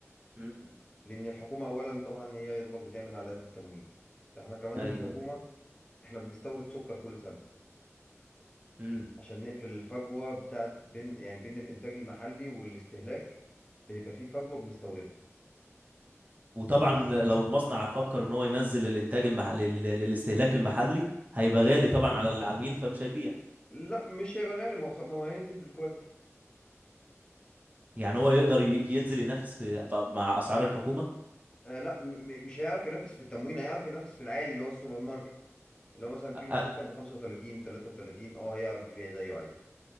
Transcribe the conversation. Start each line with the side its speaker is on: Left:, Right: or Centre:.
Right: امم
Left: لان الحكومه اولا طبعا هي يا دوبك بتعمل على قد التموين ده احنا كمان
Right: ايوه
Left: الحكومه احنا بنستورد سكر كل سنه
Right: امم
Left: عشان نقفل الفجوة بتاعت بين يعني بين الإنتاج المحلي والاستهلاك بيبقى في فجوة بنستوردها
Right: وطبعا لو المصنع فكر ان هو ينزل الانتاج المح... لل... للاستهلاك المحلي هيبقى غالي طبعا على العميل فمش هيبيع
Left: لا مش هيبقى غالي ما هو خ- ما هو هينزل بالكواليتي
Right: يعني هو يقدر ي... ينزل ينافس في... ف- مع اسعار الحكومة
Left: آه لا م م- مش هيعرف ينافس في التموين هيعرف ينافس في العادي اللي هو السوبر ماركت اللي هو مثلا كيلو السكر
Right: أ-
Left: ب 35 ب 33 اه هيعرف يبيع زيه عادي